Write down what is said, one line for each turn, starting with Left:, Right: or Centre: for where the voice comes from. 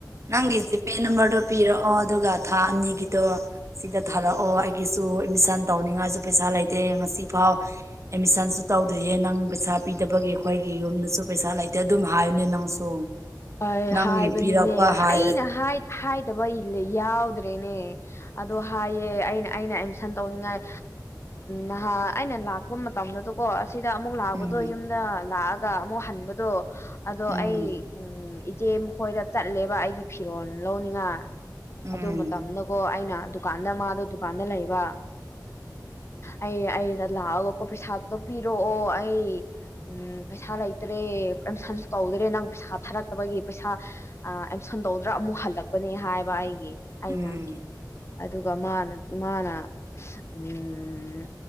Right: ꯅꯪꯒꯤ ꯖꯤꯄꯦ ꯅꯝꯕꯔꯗꯣ ꯄꯤꯔꯛꯑꯣ ꯑꯗꯨꯒ ꯊꯥ ꯑꯅꯤꯒꯤꯗꯣ ꯁꯤꯗ ꯊꯥꯔꯛꯑꯣ ꯑꯩꯒꯤꯁꯨ ꯑꯦꯠꯃꯤꯁꯟ ꯇꯧꯅꯤꯡꯉꯥꯏꯁꯨ ꯄꯩꯁꯥ ꯂꯩꯇꯦ ꯉꯁꯤ ꯐꯥꯎ ꯑꯦꯗꯃꯤꯁꯟ ꯇꯧꯗ꯭ꯔꯤꯌꯦ ꯅꯪ ꯄꯩꯁꯥ ꯄꯤꯗꯕꯒꯤ ꯑꯩꯈꯣꯏꯒꯤ ꯌꯨꯝꯗꯁꯨ ꯄꯩꯁꯥ ꯂꯩꯇꯦ ꯑꯗꯨꯝ ꯍꯥꯏꯌꯨꯅꯦ ꯅꯪꯁꯨ
Left: ꯑ
Right: ꯅꯪꯒꯤ
Left: ꯍꯥꯏꯕꯅꯤꯅꯦ
Right: ꯄꯤꯔꯛꯄ ꯍꯥꯏ
Left: ꯑꯩꯅ ꯍꯥꯏꯗꯕ ꯌꯥꯎꯗ꯭ꯔꯦꯅꯦ ꯑꯗꯣ ꯍꯥꯏꯦ ꯑꯩꯅ ꯑꯩꯅ ꯑꯦꯗꯃꯤꯁꯟ ꯇꯧꯅꯤꯡꯉꯥꯏ ꯅꯍꯥ ꯑꯩꯅ ꯂꯥꯛꯄ ꯃꯇꯝꯗꯨꯗꯀꯣ ꯑꯁ ꯁꯤꯗ ꯑꯃꯨꯛ ꯂꯥꯛꯄꯗꯣ
Right: ꯎꯝ
Left: ꯌꯨꯝꯗ ꯂꯥꯛꯑꯒ ꯑꯃꯨꯛ ꯍꯟꯕꯗꯣ ꯑꯗꯣ
Right: ꯎꯝ
Left: ꯑꯩ ꯎꯝ ꯏꯆꯦ ꯃꯈꯣꯏꯗ ꯆꯠꯂꯦꯕ ꯑꯩꯒꯤ ꯐꯤꯔꯣꯜ ꯂꯧꯅꯤꯡꯉ
Right: ꯎꯝ
Left: ꯑꯗꯨ ꯃꯇꯝꯗꯀꯣ ꯑꯩꯅ ꯗꯨꯀꯥꯟꯗ ꯃꯥꯗꯣ ꯗꯨꯀꯥꯟꯗ ꯂꯩꯕ ꯑꯩ ꯑꯩꯅ ꯂꯥꯛꯑꯒꯀꯣ ꯄꯩꯁꯥꯗꯣ ꯄꯤꯔꯛꯑꯣ ꯑꯩ ꯎꯝ ꯄꯩꯁꯥ ꯂꯩꯇ꯭ꯔꯦ ꯑ ꯁꯟ ꯇꯧꯗ꯭ꯔꯦ ꯅꯪ ꯄꯩꯁꯥ ꯊꯥꯔꯛꯇꯕꯒꯤ ꯄꯩꯁꯥ ꯑꯦꯝꯁꯟ ꯇꯧꯗ꯭ꯔꯥ ꯑꯃꯨꯛ ꯍꯜꯂꯛꯄꯅꯦ ꯍꯥꯏꯕ ꯑꯩꯒꯤ ꯑꯩꯅ
Right: ꯎꯝ
Left: ꯑꯗꯨꯒ ꯃꯥꯅ ꯃꯥꯅ ꯎꯝ